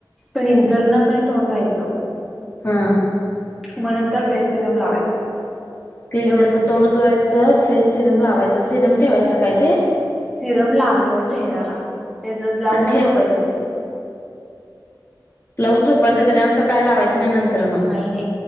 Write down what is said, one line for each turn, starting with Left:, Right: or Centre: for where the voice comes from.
Centre: क्लिंजर न पण तोंड धुवायचं.
Left: हा..
Centre: मग नंतर फेस सिरम लावायचं...
Left: क्लिंजरन
Centre: एवढं
Left: तोड धुवायचं. फेस सिरम लावायचं. सिरम ठेवायचं काय ते?
Centre: सिरम लावायच चेहर्‍याला.... तेच लावूनच
Left: आणि ठेवा
Centre: झोपायचं असतय.
Left: मग झोपायचं त्याच्यानंतर काय लावायचं? नाही नंतर न
Centre: नाही नाही....